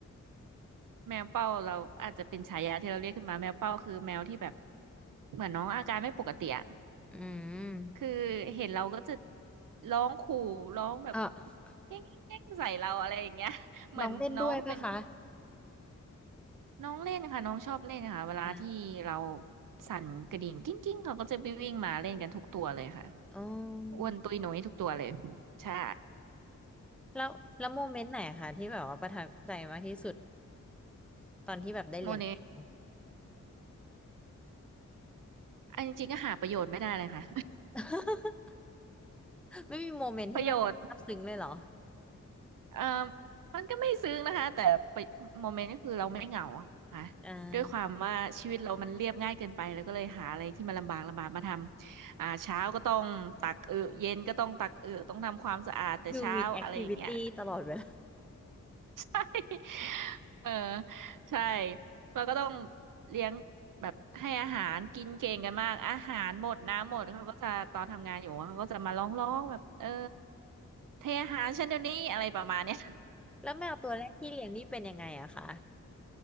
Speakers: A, on the right; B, in the centre.
A: แมวเป้าเราอาจจะเป็นฉายาที่เราเรียกขึ้นมาแมวเป้าคือแมวที่แบบเหมือนน้องอาการไม่ปกติอะ
B: <laughs> อืม <laughs>
A: คือเห็นเราก็จะร้องขู่ร้องแบบ
B: อ่ะ
A: แย่งแย่งแย่งใส่เราอะไรอย่างเงี้ย <laughs> เหมือนน้องก็เป็น
B: น้องเล่นด้วยปะคะ
A: น้องเล่นค่ะน้องชอบเล่นค่ะเวลาที่เรา
B: อ่า
A: สั่นกระดิ่งกิ้งกิ้งเขาก็จะไปวิ่งมาเล่นกันทุกตัวเลยค่ะ
B: อ๋อ
A: อ้วนตุ้ยหนุ่ยทุกตัวเลยใช่
B: แล้วแล้วโมเมนต์ไหนอะคะที่แบบว่าประทับใจมากที่สุดตอนที่แบบได้เลี้ยงแมว
A: โมเนอันจริงๆก็หาประโยชน์ไม่ได้เลยค่ะ
B: <laughs> ไม่มีโมเมนต์ที่แบบซาบซึ้งเลยเหรอ
A: <laughs> ประโยชน์ เอ่อมันก็ไม่ซึ้งนะคะแต่ไปโมเมนต์ก็คือเราไม่เหงาอะค่ะ
B: อ่
A: ด้วยความว่าชีวิตเรามันเรียบง่ายเกินไปแล้วก็เลยหาอะไรที่มันลำบากลำบากมาทำอ่าเช้าก็ต้องตักเออเย็นก็ต้องตักเออต้องทำความสะอาดแต่เช้าอะไรอย่างเงี้ย
B: าดูมีแอคทิวิตี้ตลอดเวลา
A: <laughs> เออใช่เราก็ต้องเลี้ยงแบบให้อาหารกินเก่งกันมากอาหารหมดน้ำหมดเขาก็จะตอนทำงานอยู่เขาก็จะมาร้องร้องแบบเออเทอาหารฉันเดี๋ยวนี้อะไรประมาณเนี้ย
B: <laughs> แล้วแมวตัวแรกที่เลี้ยงนี่เป็นยังไงอะคะ